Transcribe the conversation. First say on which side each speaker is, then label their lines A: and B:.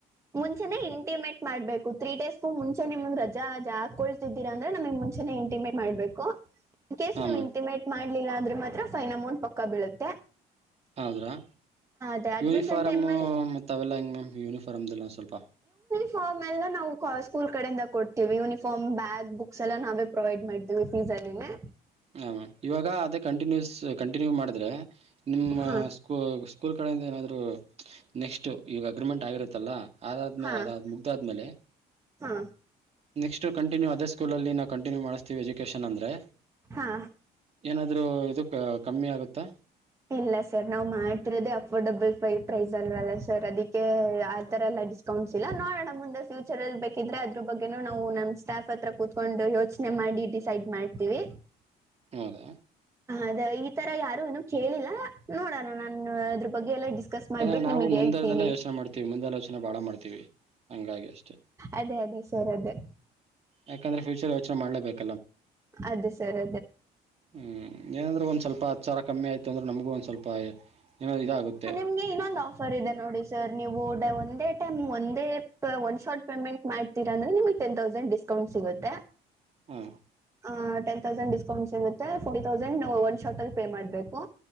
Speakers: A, on the right; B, on the right.
A: ಮುಂಚೆನೆ ಇಂಟಿಮೇಟ್ ಮಾಡ್ಬೇಕು ತ್ರೀ ಡೇಸ್ಗೂ ಮುಂಚೆ ನಿಮ ರಜ ಹಾಕೊಳ್ತಿದ್ದೀರಾಂದ್ರ ನಮಗ್ ಮುಂಚೆನೆ ಇಂಟಿಮೆ ಮಾಡ್ಬೇಕು ಕೇಸ್
B: ಹಾ
A: ನೀ್
B: ಮ್ಯಾಮ್
A: ಇಂಟಿಮೇಟ್ ಮಾಡ್ಲಿಲ್ಲ ಆದ್ರೆ ಮಾತ್ರ ಫೈನ್ ಅಮೌಂಟ್ ಪಕ್ಕ ಬೀಳುತ್ತೆ
B: ಹೌದ್ರಾ
A: ಅದೇ ಅಡ್ಮಿಷನ್
B: ಯೂನಿಫಾರ್ಮು
A: ಟೈಮ್ ಅಲ್ಲಿ
B: ಮತ್ತತ್ ಅವೆಲ್ಲ ಹೆಂಗ್ ಮ್ಯಾಮ್ ಯೂನಿಫಾರ್ಮ್ದಲ್ಲ ಸ್ವಲ್ಪ
A: ಹ ಮೆಲ್ಲ ನಾವು ಸ್ಕೂಲ್ ಕಡೆಯಿಂದ ಕೊಡ್ತೀವಿ ಯೂನಿಫಾರ್ಮ್ ಬ್ಯಾಗ್ ಬುಕ್ಸ್ ಎಲ್ಲ ನಾವೇ ಪ್ರೊವೈಡ್ ಮಾಡ್ತೀವಿ ಫೀಸ್ ಅಲ್ಲಿೇ
B: ಹ ಇವಾಗ ಅದೇ ಕಂಟಿನ್ಯೂಸ್ ಕಂಟಿನ್ಯೂ ಮಾಡಿದ್ರೆ ನಿಮ್ಮ
A: ಹಾ
B: ಸ್ಕೂ ಸ್ಕೂಲ್ ಕಡೆಯಿಂದ ಏನಾದರೂ ನೆಕ್ಸ್ಟು ಈವಾಗ ಅಗ್ರಿಮೆಂಟ್ ಆಗಿರುತ್ತಲ್ಲ ಅಾದ್ಮೇಲೆ
A: ಹಾ
B: ಅದಾದ ಮುಗ್ದಾದ್ಮೇಲೆ
A: ಹಾ
B: ನೆಕ್ಸ್ಟ್ ಕಂಿನ್ಯೂ ಅದ ಸ್ಕೂಲ್ಲಿ ನಾ ಕಂಟಿನ್ಯೂ ಮಾಡ್ತೀವಿ ಎಜುಕೇನ್ಂದ್ರೆ
A: ಹಾ
B: ಏನಾದ್ರರು ಇದು ಕಮ್ಮಿ ಆಗುತ್ತಾ
A: ಇಲ್ಲ ಸರ್ ನಾವ್ ಮಾಡ್ತಿರೋದೇ ಅಫೋರ್ಡೆಬಲ್ೈ ಪ್ರೈಸ್ ಅಲ್ವಲ್ಲ ಸರ್ ಅದಕ್ಕೆ ಆತರ ಎ ಡಿಸ್ಕೌಂಟ್ಸ್ ಇಲ್ಲ ನೋಡೋಣ ಮುಂದ ಫ್ಯೂಚರ್ ಅ ಬೇಕಿದ್ರೆ ಅದ್ರ ಬಗ್ಗೊ ನಾವು ನಮ್ಮ ಸ್ಟಾಫ್ತ್ರ ಕೂತ್ಕೊಂಡು ಯೋಚನೆ ಮಾಡಿ ಡಿಸೈಡ್ ಮಾಡ್ತೀವಿ
B: ಹೌದಾ
A: ಅದ ಈ ತರ ಯಾರು ಏನ ಕೇಳಿಲ್ಲ ನೋಡೋಣ ನಾನು ಅದ್ರ ಬಗ್ಗೆ ಎಲ್ಲ ಡಿಸ್ಕಸ್ ಮಾಡ್ಬಿಟ್ಟು
B: ಯಾಕಂದ್ರೆ ನಾವು
A: ನಿಮಗ್
B: ಮುಂದೆದೆಲ್ಲ
A: ಹೇಳ್ತೀನಿ
B: ಯೋಚನೆ ಮಾಡ್ತೀವಿ ಮುಂದ ಯೋಚನೆ ಬಾಳ ಮಾಡ್ತೀವಿ ಹಂಗಾಗಿ ಅಷ್ಟೇ
A: ಅದೇ ಅದೇ ಸರ್ ಅದೇ
B: ಯಾಕಂದ್ರೆ ಫ್ಯೂಚರ್ ಯೋಚನೆ ಮಾಡ್ಲೇಬೇಕು
A: ಅದೇ ಸರಿ
B: ಹ್ಮ್ ಏನಂದ್ರೆ ಒಂದ್ ಸ್ವಲ್ಪ ಹತ್ತು ಸಾವಿರ ಕಮ್ಮಿ ಆಯ್ತು ಅಂದ್ರೆ ನಮ್ಗೂ ಒಂದ್ ಸ್ವಲ್ಪ ಏನೋ ಇದ ಆಗುತ್ತೆ
A: ನಿಮಗೆ ಇನ್ನೊಂದು ಆಫರ್ ಇದೆ ನೋಡಿ ಸರ್ ನೀವು ಒಂದೇ ಟೈಮ್ ಒಂದೇ ಒನ್ ಶಾರ್ಟ್ ಪೇಮೆಂಟ್ ಮಾಡ್ತೀರ ಅಂದ್ರೆ ನಿಮ್ಗ್ ಟೆನ್ ತೌಸಂಡ್ ಡಿಸ್ಕೌಂಟ್ ಸಿಗುತ್ತೆ
B: ಹ್ಮ
A: ಆ ಟೆನ್ ತೌಸಂಡ್ ಡ್ಕೌಂಟ್ ಸಿಗುತ್ತೆ ಫೋರ್ಟಿ ತೌಸಂಡ್ ಒಂದು ಶಾರ್ಟ ಅಲ್ಲಿ ಪೇ ಮಾಡ್ಬೇಕು